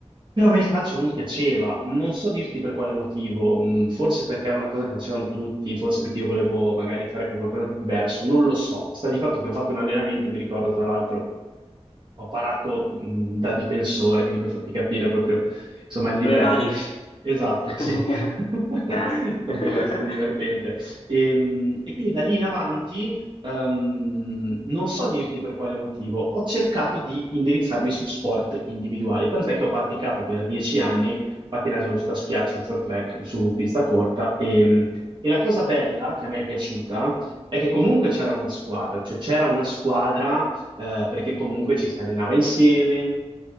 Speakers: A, on the right; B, on the left.
A: Però a me il calcio non piaceva, non so dirti per quale motivo, mh, forse perché era una cosa che facevano tutti, forse perché io volevo magari fare qualcosa di diverso, non lo so. Sta di fatto che ho fatto un allenamento, mi ricordo tra l'altro, ho parato mh, da difensore, quindi per farti capire proprio insomma il livello.
B: Con le mani.
A: Esatto,
B: <laughs>
A: sì, <laughs> è
B: Grande.
A: stato,
B: <laughs>
A: è stato divertente. E, mh, e quindi da lì in avanti. Ehm, non so dirti per quale motivo, ho cercato di indirizzarmi su sport individuali, tant'è che ho praticato per dieci anni pattinaggio velocità su ghiaccio, short track su pista corta e, e la cosa bella che a me è piaciuta è che comunque c'era una squadra, cioè c'era una squadra eh, perché comunque ci si allenava insieme,